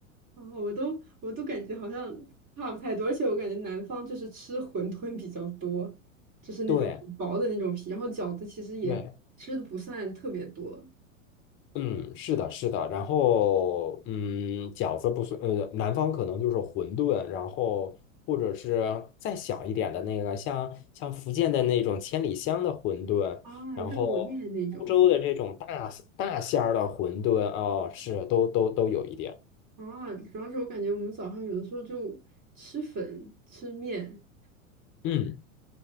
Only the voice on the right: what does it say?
然后我都我都感觉好像差不太多，而且我感觉南方就是吃馄饨比较多，就是那种很薄的那种皮，
然后饺子其实也吃的不算特别多
啊，
肉面那种
啊，主要是我感觉我们早上有的时候就吃粉吃面，